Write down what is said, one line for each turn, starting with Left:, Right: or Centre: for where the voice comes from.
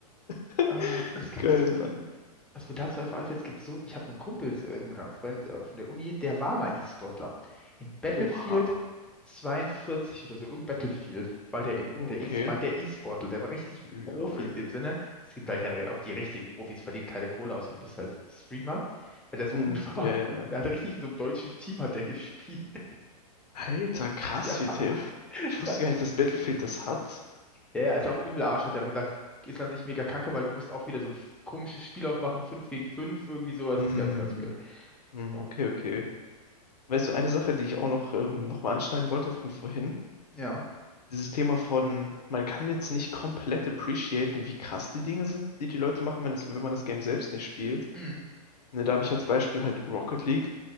Left: <laughs>
Centre: Äh, es gibt
Left: Geil,
Centre: so,
Left: Mann.
Centre: was mir dazu einfach einfällt, es gibt so, ich habe einen Kumpel so, äh, sogar von, äh, von der Uni, der war mal E-Sportler. In Battlefield
Left: Oha.
Centre: 42 oder so, irgendein Battlefield war der, im,
Left: Oh,
Centre: der
Left: Okay.
Centre: E, war der E-Sportler, der war richtig
Left: Lol.
Centre: Profi in dem Sinne. Es gibt da keine, auch die richtigen Profis verdienen keine Kohle, außer du bist halt Streamer, weil der so
Left: Hm,
Centre: gut <laughs> war.
Left: ja, ja, ja.
Centre: Der hatte richtig so im deutschen Team hat der gespielt. <laughs>
Left: Alter, krass,
Centre: Ja,
Left: WTF. Ich wusste
Centre: ja.
Left: gar nicht, dass Battlefield das hat.
Centre: Ja, ja, ist auch übel Arsch, hat er gesagt. Ist an sich mega kacke, weil du musst auch wieder so ein f- komisches Spiel aufmachen, 5 gegen 5 irgendwie so. Also
Left: Hm.
Centre: ist ganz, ganz weird.
Left: Hm,
Centre: So.
Left: okay, okay. Weißt du, eine Sache, die ich auch noch, ähm, noch mal anschneiden wollte von vorhin,
Centre: Ja.
Left: dieses Thema von, man kann jetzt nicht komplett appreciaten, wie krass die Dinge sind, die die Leute machen, wenn, es, wenn man das Game selbst nicht spielt.
Centre: Mhm.
Left: Ne, da habe ich als Beispiel halt Rocket League.